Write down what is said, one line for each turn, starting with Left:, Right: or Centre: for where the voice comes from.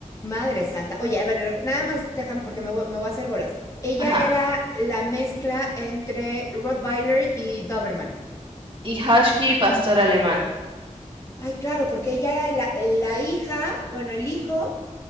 Left: Madre santa. Oye, a ver, rec- nada más déjame porque me voy, me voy a hacer bolas. Ella
Right: Ajá.
Left: era la mezcla entre Rottweiler y Doberman.
Right: Y Husky, pastor alemán.
Left: Ay, claro, porque ella era la, la hija, bueno, el hijo